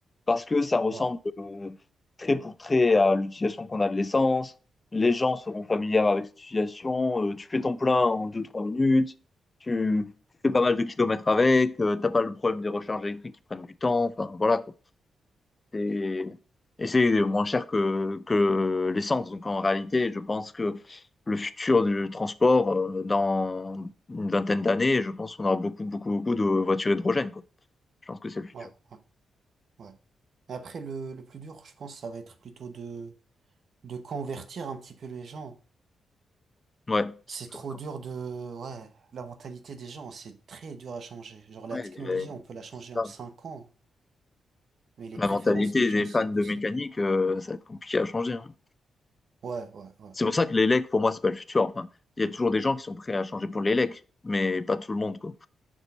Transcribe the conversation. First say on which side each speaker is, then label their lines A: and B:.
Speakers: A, on the left (about 30°); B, on the right (about 60°).
A: parce que ça ressemble
B: ouais
A: euh, trait pour trait à l'utilisation qu'on a de l'essence. Les gens seront familiers avec cette utilisation. Euh, tu fais ton plein en deux-trois minutes, tu, tu fais pas mal de kilomètres avec, euh, t'as pas le problème des recharges électriques qui prennent du temps. Enfin, voilà, quoi. C'est- Et c'est moins cher que, que l'essence. Donc en réalité, je pense que le futur du transport, euh, dans une vingtaine d'années, je pense qu'on aura beaucoup, beaucoup, beaucoup de voitures hydrogènes, quoi. Je pense que c'est le futur.
B: ouais ouais ouais après le le plus dur je pense ça va être plutôt de de convertir un petit peu les gens
A: Ouais, c'est
B: c'est
A: toujours
B: trop
A: ça.
B: dur de ouais la mentalité des gens c'est très dur à changer genre
A: Ouais,
B: la technologie
A: les-
B: on peut la changer
A: ça,
B: en cinq ans mais les
A: la
B: préférences
A: mentalité
B: des gens
A: des fans
B: c'est impossible
A: de mécanique, euh, ça va être compliqué à changer. hein.
B: Ouais, ouais, ouais.
A: C'est pour ça que les pour moi, c'est pas le futur. Enfin, il y a toujours des gens qui sont prêts à changer pour les mais pas tout le monde, quoi.